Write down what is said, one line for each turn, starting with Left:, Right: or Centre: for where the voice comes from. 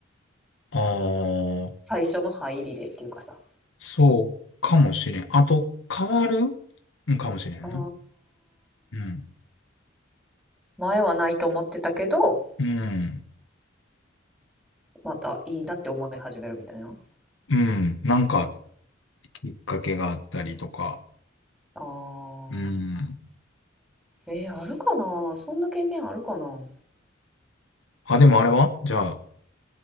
Left: ああ、
Centre: 最初の入りでっていうかさ。
Left: そうかもしれん。あと、変わるうんかもしれんな。
Centre: あー
Left: うん。
Centre: 前はないと思ってたけど
Left: うん。
Centre: またいいなって思い始めるみたいな。
Left: うん。なんか、きっかけがあったりとか。
Centre: あー
Left: うん。
Centre: えー、あるかなそんな経験あるかな
Left: あ、でもあれはじゃあ、